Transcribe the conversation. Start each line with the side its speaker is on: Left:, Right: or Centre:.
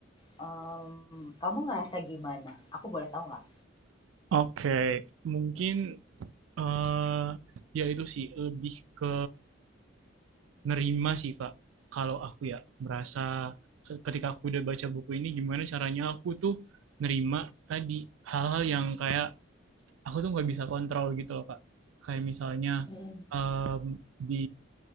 Left: em, kamu ngerasa gimana? Aku boleh tahu nggak?
Right: Oke, Mungkin eh ya itu sih lebih ke nerima sih, Kak. Kalau aku ya merasa ke- ketika aku udah baca buku ini gimana caranya aku tuh nerima tadi hal-hal yang kayak aku tuh nggak bisa kontrol gitu loh Kak. Kayak misalnya
Left: Mm-mm,
Right: em, di